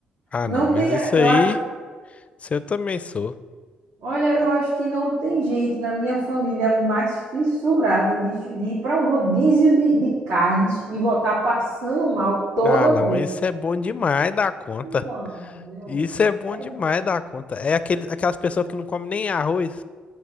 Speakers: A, on the left (about 40°); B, on the right (about 85°).
A: Ah,
B: Não
A: não, mas
B: tem,
A: isso
B: eu
A: aí,
B: acho,
A: isso eu também sou.
B: olha, eu acho que não tem gente na minha família mais fissurada de, chu- de ir para um rodízio de, de carnes e voltar passando mal toda
A: Ah, não,
B: vez.
A: isso é bom demais da conta.
B: Eu amo, eu
A: Isso
B: amo.
A: é bom
B: É,
A: demais da conta. É aquele, aquelas pessoas que não comem nem arroz,